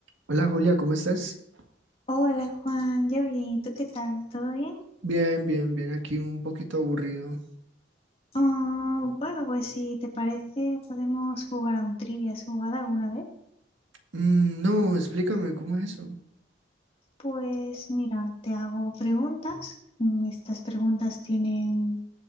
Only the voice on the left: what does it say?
Hola Juan, yo bien, ¿y tú qué tal? ¿Todo bien?
Ah, bueno, pues si te parece podemos jugar a un trivia. ¿Has jugado alguna vez?
Pues mira, te hago preguntas. Mm, Estas preguntas tienen